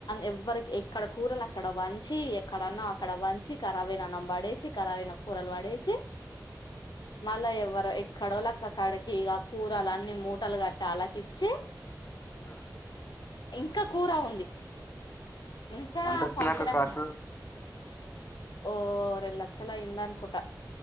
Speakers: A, on the left; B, on the left.
A: ఎవరికి అక్కడ కూరలు అక్కడ పంచి ఎక్కడన్నా అక్కడ పంచి కరాబైనా అన్నం పడేసి కరాబైన కూరలు పడేసి మళ్ళా ఎవ్వరు ఎక్కడో లక్కక్కడకి ఇక కూరలు అన్ని మూటలు గట్టి అలాకి ఇచ్చి
B: ఆ
A: ఇంకా కూర ఉంది ఇంకా
B: ఎంత వచ్చిందక్క
A: పంచడం
B: కార్సు
A: ఓ రెండు లక్షలు అయింది అనుకుంటా